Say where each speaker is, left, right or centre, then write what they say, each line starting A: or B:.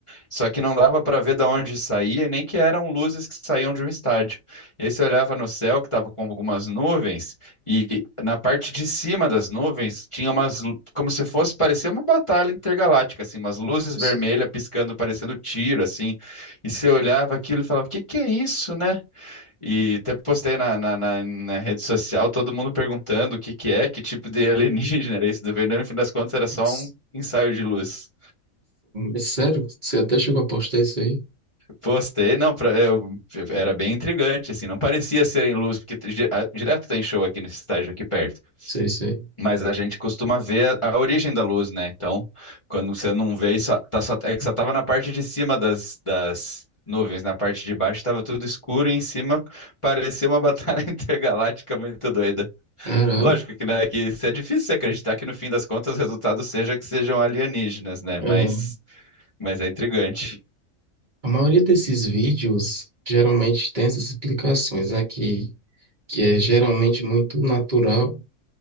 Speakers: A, on the left; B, on the right.
A: só que não dava para ver de onde saía, e nem que eram luzes que saíam de um estádio. E aí você olhava no céu, que estava com algumas nuvens, e na parte de cima das nuvens tinha umas, lu- como se fosse, parecia uma batalha intergaláctica, assim, umas luzes
B: Isso,
A: vermelhas piscando, parecendo tiro, assim. E você olhava aquilo e falava, o que que é isso, né? E até postei na, na, na- na rede social, todo mundo perguntando o que que é, que tipo de <laughs> alienígena era isso, daí, no fim das contas era só
B: isso,
A: um ensaio de luz.
B: é sério? Você até chegou a postar isso aí?
A: Postei, não, pra, eu, era bem intrigante, assim, não parecia ser em luz, porque di- a- direto tem show aqui nesse estádio aqui perto,
B: Sei, sei.
A: mas a gente costuma ver a, a origem da luz, né? Então, quando você não vê, isso tá só, é que só tava na parte de cima das, das nuvens, na parte de baixo tava tudo escuro e em cima parecia uma batalha <laughs> intergaláctica muito doida.
B: Caralho.
A: Lógico que, né, que isso é difícil você acreditar que no fim das contas o resultado seja que sejam alienígenas, né?
B: É,
A: Mas, mas é intrigante.
B: a maioria desses vídeos geralmente tem essas explicações aqui, que é geralmente muito natural